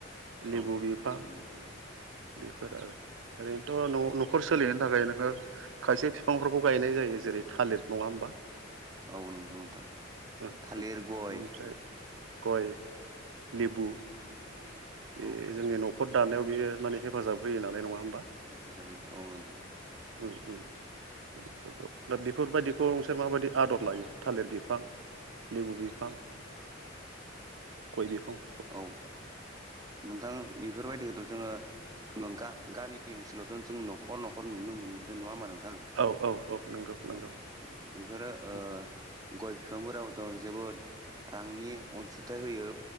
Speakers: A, on the right; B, on the right.
A: औ
B: लेबु बिफां
A: नंगौ
B: बेफोर आरो ओरैनोथ' न'-न'खर सोलिहनो थाखाय नोङो खायसे फिफांफोरखौ गायनाय जायो जेरै थालिर नङा होमबा।
A: औ नंगौ नोंथां
B: उम
A: थालिर,
B: उम
A: गय
B: बिनिफ्राय गय, लेबु
A: औ
B: बे
A: औ
B: जोंनि न'खर दानायाव बेयो माने हेफाजाब होयो नालाय नङा होमबा।
A: हेफाजाब होयो औ नोंथां।
B: उम उम। फोरखौ दा बेफोर बायदिखौ नोंसोर माबायदि आदर लायो थालिर बिफां लेबु बिफां, गय बिफां
A: औ नोंथां बेफोर बायदिखौथ' जोङो नं गा- गामि ओनसोलावथ' जों न'खर-न'खर नुनो मोनबोदों नङा होमबा नोंथां।
B: औ औ औ नंगौ
A: औ
B: नंगौ।
A: बेफोरो ओ
B: उम
A: गय बिफांफोराबोथ' जोबोद रांनि अनसुंथाइ होयो